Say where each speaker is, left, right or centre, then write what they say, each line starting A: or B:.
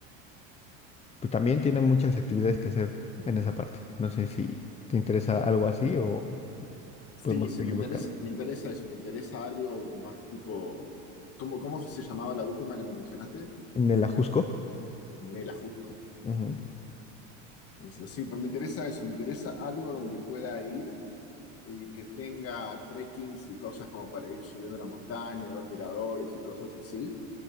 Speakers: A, on the left; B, on the left.
A: pues también tiene muchas actividades que hacer en esa parte. No sé si te interesa algo así o
B: Sí,
A: podemos
B: sí,
A: seguir
B: me interesa,
A: buscando.
B: me interesa eso, me interesa algo más tipo, ¿cómo, cómo se llamaba la última que me mencionaste?
A: En el Ajusco,
B: Me la juzgo.
A: ujú,
B: Eso, sí, pues me interesa eso, me interesa algo donde pueda ir y que tenga trekkings y cosas como para ir subiendo la montaña, ver miradores y cosas así.